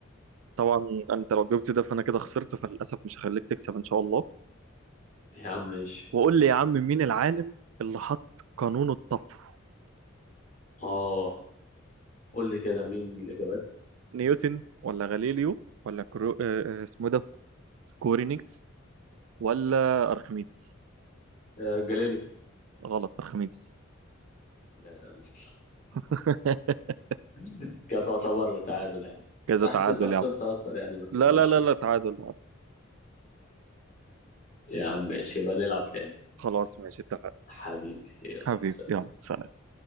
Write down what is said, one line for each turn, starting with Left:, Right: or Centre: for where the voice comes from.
Right: طبعا انت لو جبت ده فانا كده خسرت فللاسف مش هخليك تكسب ان شاء الله
Left: يا عم ماشي
Right: وقول لي يا عم مين العالم اللي حط قانون الطفو
Left: اه قول لي كده مين الاجابات
Right: نيوتن ولا غاليليو ولا كرو... آه، آه، اسمه إيه ده كورينيكس ولا ارخميدس
Left: آه جاليليو
Right: غلط ارخميدس
Left: لا لا لا.
Right: <laughs>
Left: <laughs> كانت تعتبر تعادل يعني
Right: كذا
Left: صح
Right: تعادل
Left: انت خسرت
Right: يا عم
Left: اكتر يعني بس
Right: لا
Left: ماشي
Right: لا لا لا تعادل تعادل.
Left: يا عم ماشي يبقى نلعب تاني
Right: خلاص ماشي اتفقنا
Left: حبيبي يلا
Right: حبيبي
Left: سلام
Right: يلا سلام